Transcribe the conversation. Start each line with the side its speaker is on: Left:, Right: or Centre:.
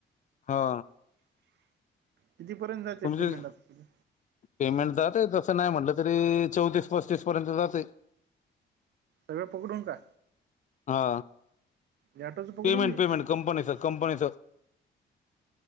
Left: हो.
Right: कितीपर्यंत जाते
Left: तुमचे
Right: पेमेंट आता तुझं?
Left: पेमेंट जातंय तसं नाही म्हटलं तरी, चौतीस पस्तीस पर्यंत जातंय.
Right: सगळं पकडून का?
Left: हा.
Right: याटोचं पकडून
Left: पेमेंट
Right: दे
Left: पेमेंट कंपनीच कंपनीच.